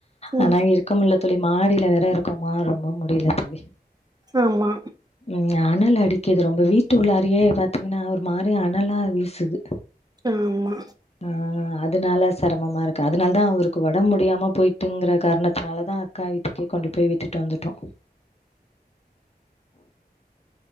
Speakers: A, on the right; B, on the left.
A: ம்
B: ஆனா இருக்க முடியல தோழி மாடில வேற இருக்கோமா ரொம்ப முடில தோழி
A: ஆமா
B: இங்க அனல் அடிக்கிது ரொம்ப வீட்டு உள்ளாரியே பாத்தீங்ன்னா ஒரு மாரி அனலா வீசுது
A: ம் ஆம்மா
B: ஆ அதனால செரமமா இருக்கு அதனால் தான் அவருக் ஒடம்பு முடியாம போய்ட்டுங்ற காரணத்னால தா அக்கா வீட்டுக் கே கொண்டு போய் விட்டுட் வந்துட்டோ